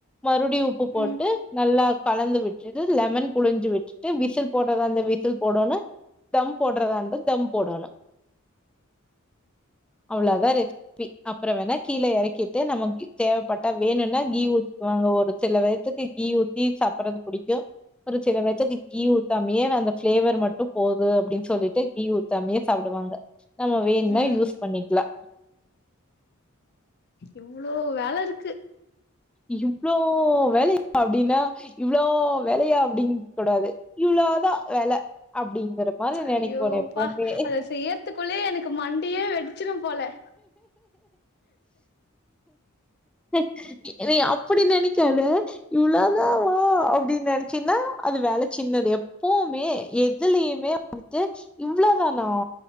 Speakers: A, in the centre; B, on the left (about 50°).
A: மறுபடியு உப்பு போட்டு
B: ம்
A: நல்லா கலந்து விட்டுட்டு லெமன் புழிஞ்சு விட்டுட்டு விசில் போட்றதா இருந்தா விசில் போடோனு தம் போடுறதா இருந்தா தம் போடணு அவ்ளோதா ரே பி அப்புற வேணா கீழே இறக்கிட்டு நம தேவபட்டா வேணுனா கீ ஊத்துவாங்க ஒரு சில வே த்துக்கு கீ ஊத்தி சாப்டுறது புடிக்கு ஒரு சிற வேசதி கீ ஊத்தாமயே நா அந்த பிளேவர் மட்டு போது அப்டினு சொல்லிட்டு கீ ஊ தமையே சாப்டுவாங்க நம்ம வேணுனா
B: ம்
A: யூஸ் பண்ணிக்லா
B: இவ்ளோ வேல இருக்கு
A: இவ்ளோ வேல அப்டினா இவ்ளோ வேலையா அப்டிங் கூடாது இவ்ளோதா வேலை அப்டி ற மாரி நினக்கோனு
B: ஐயோப்பா
A: எப்போமே
B: அத செய்யறதுக்குள்ளயே எனக்கு மண்டியே வெடிச்சிரும் போல
A: என்னய அப்டி நினைக்காத இவ்ளதா ம் அப்டினு நினச்சினா அது வேல சின்னது எப்போமே எதுலயுமே அடுத்து இவ்ளோதானா
B: ம்